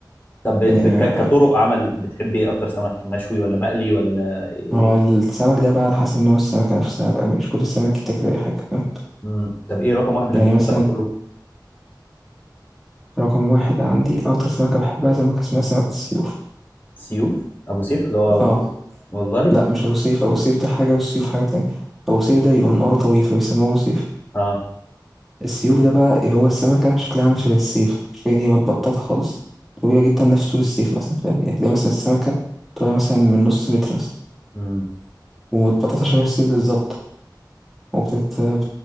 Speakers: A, on the left; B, in the centre.
A: طب ب...
B: يعني
A: ب... ك- كطرق عمل بتحب ايه اكتر سمك مشوي ولا مقلي ولا إيه؟
B: هو السمك ده بقى على حسب نوع السمكه نفسها بقى مش كل السمك يتاكل اي حاجه فاهم؟
A: مم. طب ايه رقم واحد بالنسبه
B: يعني
A: لك في
B: مثلا
A: السما كله
B: رقم واحد عندي أكتر سمكة بحبها سمكة اسمها سمكة السيوف
A: سيوف ابو سيف اللي هو
B: اه
A: والله
B: لا مش أبو سيف أبو سيف ده حاجة والسيوف حاجة تانية أبو سيف ده بيبقى منقاره طويل فبيسموه أبو سيف
A: اه
B: السيوف ده بقى إيه هو السمكة شكلها عامل شبه السيف فين هي متبططة خالص طويلة جدا نفس طول السيف مثلا فاهم يعني تلاقي مثلا السمكة طولها مثلا من نص متر مثلا
A: امم
B: ومتبططة شبه السيف بالظبط وبتتقلب